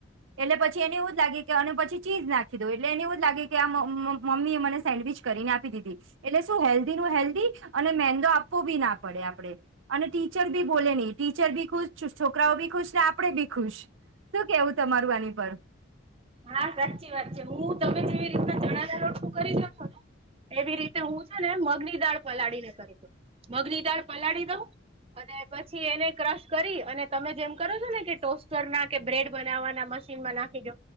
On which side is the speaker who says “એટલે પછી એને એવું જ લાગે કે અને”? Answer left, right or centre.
Right